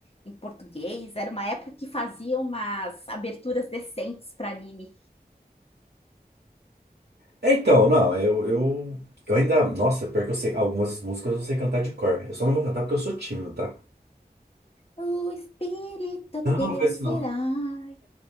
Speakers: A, on the left; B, on the right.
A: em português. Era uma época que fazia umas aberturas decentes para anime.
B: É, então, não, eu, eu, eu ainda. Nossa, pior que eu sei, algumas músicas eu sei cantar de cor. Eu só não vou cantar porque eu sou tímido, tá?
A: O espírito
B: Não,
A: desse
B: não faz isso não.
A: herói